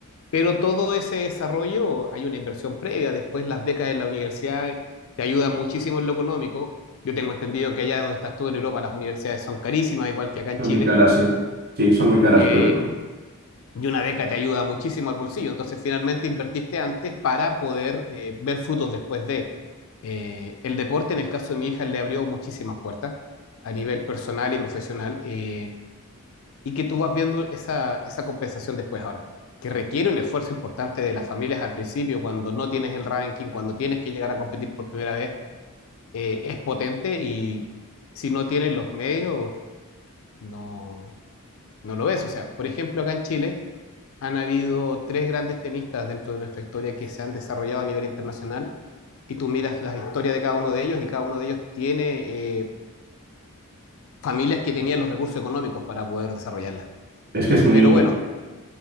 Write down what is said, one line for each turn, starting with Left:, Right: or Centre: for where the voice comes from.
Left: Pero todo ese desarrollo hay una inversión previa. Después las becas en la universidad eh, te ayudan muchísimo en lo económico. Yo tengo entendido que allá donde estás tú en Europa las universidades son carísimas, igual que acá en
Right: son
Left: Chile.
Right: muy caras, sí. Sí, son muy caras,
Left: Eh,
Right: pero bueno,
Left: y una beca te ayuda muchísimo al bolsillo. Entonces finalmente invertiste antes para poder eh, ver frutos después de... Eh, el deporte, en el caso de mi hija, le abrió muchísimas puertas a nivel personal y profesional. Eh, y que tú vas viendo esa, esa compensación después ahora, que requiere un esfuerzo importante de las familias al principio, cuando no tienes el ranking, cuando tienes que llegar a competir por primera vez, eh, es potente y si no tienes los medios, no, no lo ves. O sea, por ejemplo, acá en Chile han habido tres grandes tenistas dentro de nuestra historia que se han desarrollado a nivel internacional y tú miras las historias de cada uno de ellos y cada uno de ellos tiene eh, familias que tenían los recursos económicos para poder desarrollarlas.
Right: es que es muy,
Left: Pero bueno,
Right: eh,